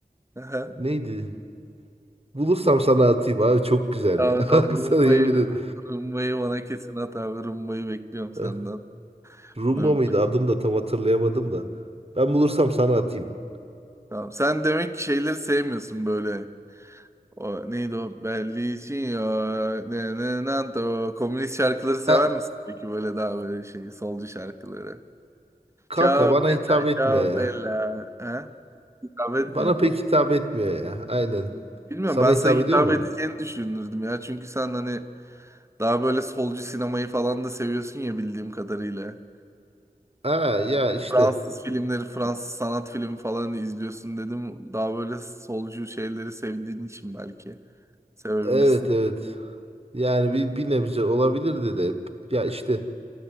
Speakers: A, on the right; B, on the right.
A: Aha.
B: Neydi? Bulursam sana atayım abi çok güzel
A: Tamam
B: ya. <laughs>
A: tamam
B: Bak
A: rumbayı,
B: sana yemin ederim.
A: rumbayı bana kesin at abi. Rumbayı bekliyorum senden.
B: Eh, Rumba
A: Buna bir
B: mıydı?
A: bak.
B: Adını da tam hatırlayamadım da. Ben bulursam sana atayım.
A: Tamam. Sen demek ki şeyleri sevmiyorsun böyle. O neydi o? Belli için ya. Ne ne ne o. Komünist şarkıları sever
B: E,
A: misin peki böyle daha böyle şey solcu şarkıları?
B: kanka
A: Ciao
B: bana
A: bella,
B: hitap etmiyor
A: ciao
B: ya.
A: bella. Ha? Hitap etmiyor
B: Bana
A: mu?
B: pek hitap etmiyor ya. Aynen.
A: Bilmiyorum
B: Sana
A: ben
B: hitap
A: sana hitap
B: ediyor mu?
A: edeceğini düşünürdüm ya. Çünkü sen hani daha böyle solcu sinemayı falan da seviyorsun ya bildiğim kadarıyla.
B: Ha ya işte.
A: Fransız filmleri, Fransız sanat filmi falan izliyorsun dedim. Daha böyle solcu şeyleri sevdiğin için belki sevebilirsin.
B: Evet evet. Yani bir, bir nebze olabilirdi de. Ya işte